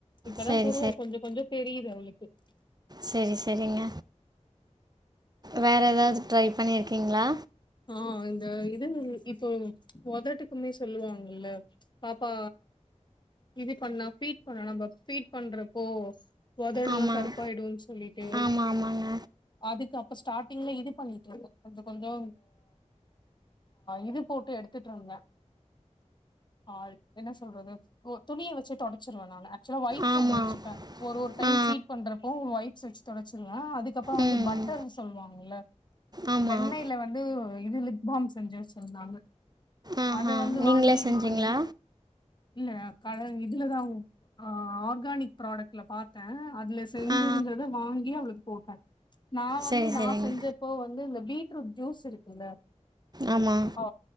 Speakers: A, on the left; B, on the right.
A: இப்பதா
B: சரி
A: புருவோ கொஞ்சோ கொஞ்சோ தெரியுது அவளுக்கு க்
B: செரி செரிங்க வேற ஏதாது ட்ரை பண்ணிரிக்கிங்ளா
A: ஆ இந்த இது இப்போ ஒதட்டுக்குமே சொல்லுவாங்கல்ல பாப்பா இது பண்ணா பீட் பண்ண நம்ம பீட் பண்றப்போ ஒதடு
B: ஆமாம்
A: லா கருப்பாய்டு சொல்லிட்டு
B: ஆமாம் ஆமாங்க
A: அதுக்க ப்ப ஸ்டாட்டிங்ல இது பண்ணிட்ருக்கோ கொஞ்சோ கொஞ்சோ இது போட்டு எடுத்துட்ருந்த ஆ என்ன சொல்றது துணிய வெச்சி தொடச்சிருவ நானு வைப்ஸ்
B: ஆமாம்
A: ஒன்னு வெச்சுப்ப ஒரு ஒரு டைம்
B: ஆ
A: பீட் பண்றப்போ வப்ஸ் தொடச்சிருவே அதுக்கு அப்பறோ
B: ம்
A: பட்டர்னு சொல்லுவாங்களா
B: ஆமாம்
A: வெண்ணைல இதுல லிப் பாம் செஞ்சு வட்சுருந்தாங்க
B: ஆஹா
A: அதது வந்து
B: நீங்களே
A: வாங்கி இது
B: செஞ்சீங்களா
A: பண்ணி இல்ல க இதுலதான் ஆர்கானிக் ப்ராடக்ட்ல பார்த்தேன் அதுல செஞ்சிருந்தத
B: ஆ
A: வாங்கி அவளுக் போட்டே நான் வந்து
B: சரி
A: நான்
B: சரிங்க
A: செஞ்சப்போ வந்து இந்த பீட் <unintelligible> ஜூஸ் இருக்குல்ல
B: ஆமா
A: ஆ